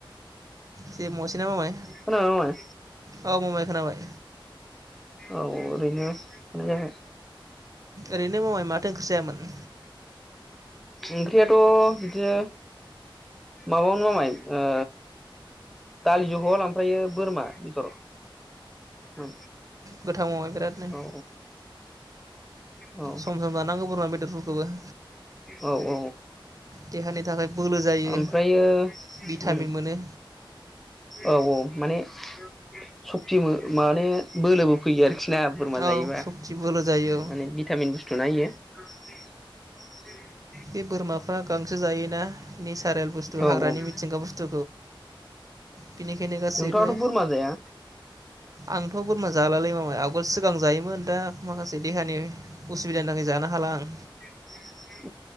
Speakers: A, on the right; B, in the centre.
A: जेबो मावासै ना मामाय
B: खोनाबाय मामाय
A: औ मामाइ खोनाबाय।
B: औ ओरैनो <unintelligible>
A: ओरैनो मामाय माथो ओंख्रि जायामोन?
B: ओंख्रियाथ' बिदिनो माबामोन मामाय ओ दालि जहल <unintelligible> ओमफ्रायो बोरमा बेदर। औ
A: गोथाव मामाय बिरादनो।
B: औ औ
A: सम -सम जानांगौ बोरमा बेदरफोरखौबो।
B: औ -औ।
A: देहानि थाखाय बोलो जायो
B: ओमफ्रायो
A: भिटामिन
B: उम
A: मोनो।
B: औ- औ। माने <unintelligible> <unintelligible> माने बोलोबो फैयो आरोखि। ना बोरमा
A: औ
B: जायोबा
A: सक्ति बोलो जायो औ
B: माने भिटामिन बुस्थु ना बेयो। <unintelligible>
A: बे बोरमाफ्रा गांसो जायोना? नेचारेल बुस्थु
B: औ
A: हाग्रानि
B: औ
A: मिथिंगा बुस्थु बिनिखायनो गासैबो
B: नोंथाङाथ' बोरमा जाया
A: आं <unintelligible> जालालै मामाइ <unintelligible> सिगां जायोमोन दा माखासे देहानि उसुबिदानि थाखाय जानो हाला आं।
B: <unintelligible>